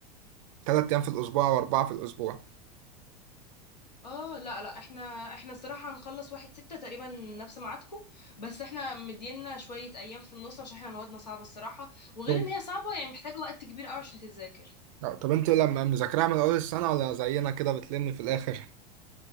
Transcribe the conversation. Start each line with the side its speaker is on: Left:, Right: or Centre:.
Right: ثلاث ايام في الاسبوع واربعه في الاسبوع
Left: اه لا لا احنا احنا الصراحة هنخلص واحد ستة تقريبا نفس ميعادكم بس احنا مدينا شوية ايام في النص عشان احنا موادنا صعبة الصراحة وغير
Right: طب
Left: ان هي صعبة يعني محتاجة وقت كبير قوي عشان تتذاكر
Right: طب انت لما مذاكراها من اول السنه ولا زينا كده بتلمي في الاخر